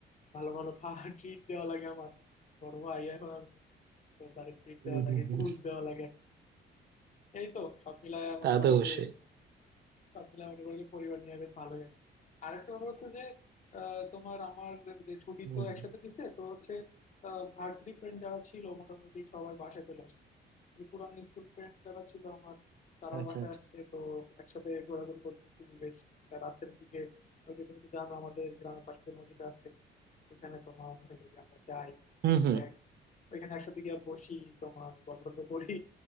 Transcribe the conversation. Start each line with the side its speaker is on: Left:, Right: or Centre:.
Left: ভালো ভালো খাওয়া ট্রিট দেওয়া লাগে আমার বড় ভাই এখন আমি তো তারে ট্রিট
Right: হুম,
Left: দেওয়া লাগে
Right: হুম, হুম।
Left: ঘুষ দেওয়া লাগে এই তো সব মিলায় মনে
Right: তা
Left: করো
Right: তো অবশ্যই
Left: যে সব মিলায় মনে করো যে পরিবার নিয়ে বেশ ভালোই আছে আরেকটা ব্যাপার হচ্ছে যে আহ, তোমার আমার যে ছুটি
Right: হুম,
Left: তো
Right: হুম।
Left: একসাথে দিছে তো হচ্ছে ভার্সিটি ফ্রেন্ড যারা ছিল মোটামুটি সবাই বাসায় চলে আসছে যে পুরানো স্কুল ফ্রেন্ড যারা ছিল আমার তারাও
Right: আচ্ছা
Left: বাসায়
Right: আচ্ছা
Left: আসছে তো একসাথে ঘোরাঘুরি করতেছি বেশ রাতের দিকে ওই যে তুমি তো জানো আমাদের গ্রামের পাশে যে নদীটা আছে ওইখানে তোমার হলো গিয়ে আমরা যাই
Right: হুম হুম
Left: এক ওইখানে একসাথে গিয়ে বসি তোমার গল্প টল্প করি